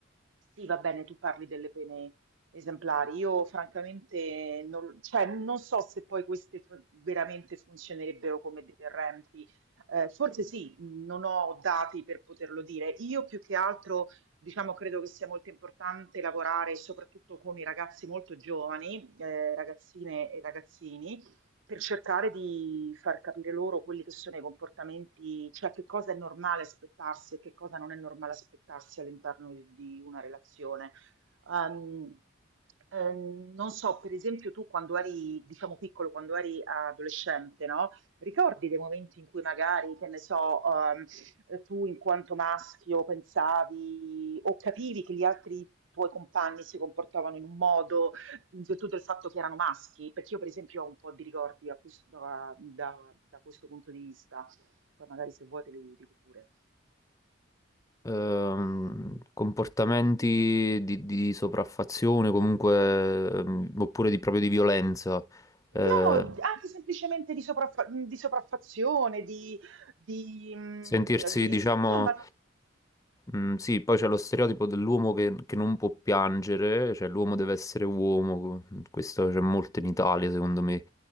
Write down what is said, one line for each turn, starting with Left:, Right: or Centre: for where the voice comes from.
Right: sì, va bene, tu parli delle pene esemplari. Io francamente non, cioè, non so se poi queste fu- veramente funzionerebbero come deterrenti. Eh, forse sì, non ho dati per poterlo dire. Io più che altro Diciamo, credo che sia molto importante lavorare soprattutto con i ragazzi molto giovani, eh, ragazzine e ragazzini, per cercare di far capire loro quelli che sono i comportamenti, cioè che cosa è normale aspettarsi e che cosa non è normale aspettarsi all'interno di, di una relazione. Ehm, ehm, non so, per esempio, tu quando eri, diciamo, piccolo, quando eri adolescente, no? Ricordi dei momenti in cui magari, che ne so, ehm, eh, tu in quanto maschio pensavi o capivi che gli altri tuoi compagni si comportavano in un modo in virtù del fatto che erano maschi? Perché io per esempio ho un po' di ricordi a questo- da, da- da questo punto di vista, poi magari se vuoi te li dico pure.
Left: Ehm, comportamenti di, di sopraffazione comunque ehm, oppure di, proprio di violenza
Right: No,
Left: eh,
Right: anche semplicemente di, sopraffa- di sopraffazione, di, di, mm,
Left: sentirsi
Right: di-
Left: diciamo
Right: insomma...
Left: Mm, sì, poi c'è lo stereotipo dell'uomo che, che non può piangere, cioè l'uomo deve essere uomo, mm, questo c'è molto in Italia secondo me,